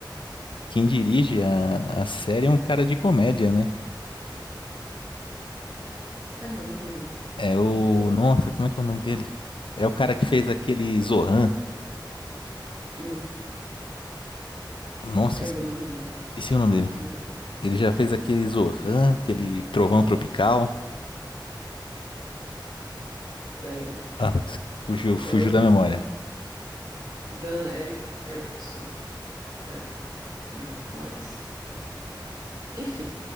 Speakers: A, on the left (about 90°); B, on the right (about 55°).
A: Quem dirige a, a série é um cara de comédia, né?
B: Caramba, eu não lembro.
A: É o.
B: Eu-
A: Nossa, como é que é o nome dele? É o cara que fez aquele Zohan.
B: hum.
A: Nossa,
B: Caramba,
A: esque-
B: eu não lembro.
A: esqueci o nome dele.
B: Não,
A: Ele já fez aquele Zohan, aquele Trovão Tropical.
B: pera.
A: Ah, fugiu, fugiu
B: É o
A: da memória.
B: Dan Eric, Erickson. Pera. Não, não é esse. Enfim,